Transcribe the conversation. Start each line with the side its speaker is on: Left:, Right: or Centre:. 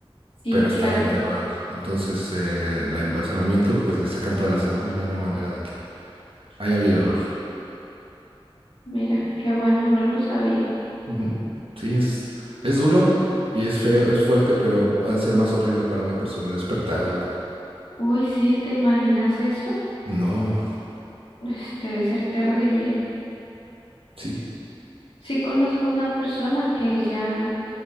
Left: Sí,
Right: pero están
Left: claro.
Right: enterrados. Entonces, eh, el embalsamamiento, pues le sacan toda la sangre y ya no hay manera de que haya habido error.
Left: Mira, qué bueno, no lo sabía.
Right: Ujú. Sí, es, es duro y es feo, es fuerte, pero ha de ser más horrible para una persona despertar ahí abajo.
Left: Uy, sí, ¿te imaginas eso?
Right: No, no,
Left: Pues, debe ser terrible.
Right: sí.
Left: Sí conozco una persona que ella,